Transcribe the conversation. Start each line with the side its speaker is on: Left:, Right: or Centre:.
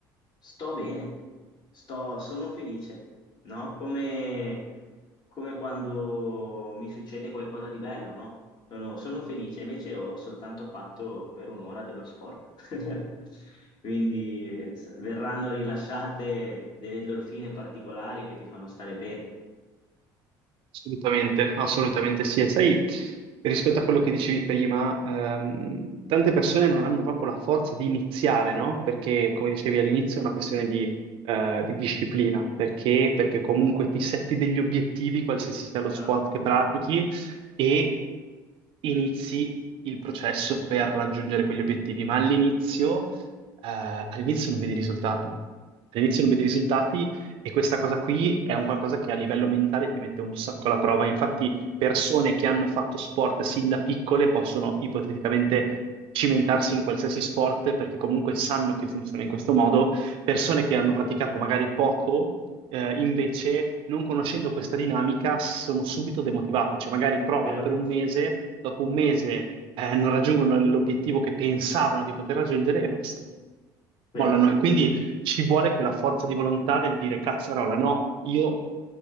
Left: sto bene, sto, sono felice, no? Come, come quando mi succede qualcosa di bello, no? Sono, sono felice, invece ho soltanto fatto per un'ora dello sport. <laughs> Quindi eh, s- verranno rilasciate delle endorfine particolari che ti fanno stare bene.
Right: Assolutamente, assolutamente sì. E sai, rispetto a quello che dicevi prima, ehm, tante persone non hanno proprio la forza di iniziare, no? Perché, come dicevi
Left: Mm,
Right: all'inizio, è una questione di, eh, di disciplina. Perché? Perché comunque ti setti degli obiettivi, qualsiasi sia lo
Left: chiaro?
Right: sport che pratichi, e inizi il processo per raggiungere quegli obiettivi. Ma all'inizio, eh, all'inizio non vedi risultati. All'inizio non vedi risultati
Left: Sì,
Right: e questa cosa qui è un qualcosa che a livello mentale ti mette un sacco alla prova. Infatti, persone che hanno fatto sport sin da piccole possono ipoteticamente cimentarsi in qualsiasi sport perché comunque sanno che funziona in questo modo. Persone che hanno praticato
Left: sì.
Right: magari poco, eh, invece, non conoscendo questa dinamica, sono subito demotivate. Cioè, magari provano
Left: Vero?
Right: per un mese, dopo un mese, eh, non raggiungono l'obiettivo che pensavano di poter raggiungere e basta mollano.
Left: Vero?
Right: E Quindi ci vuole quella forza di volontà del dire, cazzarola, no, io